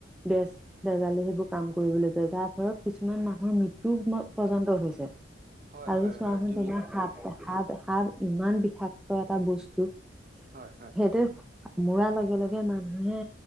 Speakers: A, in the centre; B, on the right.
A: বস্ত বেজালে সেইবোৰ কাম কৰিবলৈ যায় যাৰ ফলত কিছুমান মানুহৰ মৃত্যু পৰ্যন্ত হৈছে।
B: হয়
A: আজি
B: হয়
A: চোৱাচোন
B: হয় তুমি
A: তোমাৰ সাপ, সাপ, সাপ ইমান বিষাক্ত এটা বস্তু।
B: হয় হয়।
A: সেইটো, মোৰা লগে লগে মানুহে